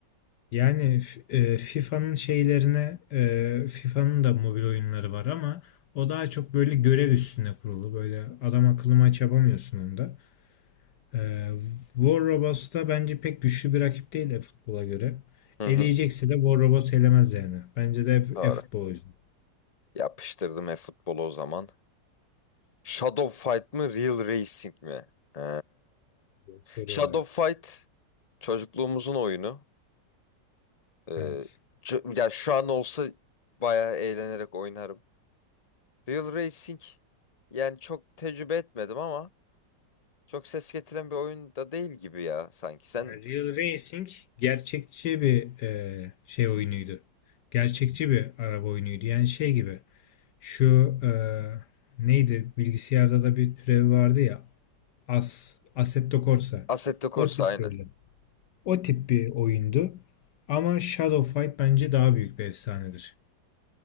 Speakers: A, on the left; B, on the left.
A: Yani f- e, FIFA'nın şeylerine e, FIFA'nın da mobil oyunları var ama o daha çok böyle görev üstüne kurulu. Böyle adam akıllı maç yapamıyorsun onda. E, War Robots da bence pek güçlü bir rakip değil de futbola göre.
B: Hı
A: Eleyecekse
B: hı.
A: de War Robots elemez yani. Bence de
B: Doğru.
A: e-futbol o yüzden.
B: Yapıştırdım e-futbolu o zaman. Shadow Fight mı, Real Racing mi? Ee,
A: Doğru.
B: Shadow Fight çocukluğumuzun oyunu. Ee,
A: Evet.
B: ço- ya şu an olsa bayağı eğlenerek oynarım. Real Racing yani çok tecrübe etmedim ama çok ses getiren bir oyun da değil gibi ya sanki. Sen
A: Yani Real Racing gerçekçi bir e, şey oyunuydu. Gerçekçi bir araba oyunuydu. Yani şey gibi şu e, neydi bilgisayarda da bir türev vardı ya As, Assetto Corsa.
B: Assetto Corsa
A: O tip
B: aynı.
A: böyle. O tip bir oyundu. Ama Shadow Fight bence daha büyük bir efsanedir.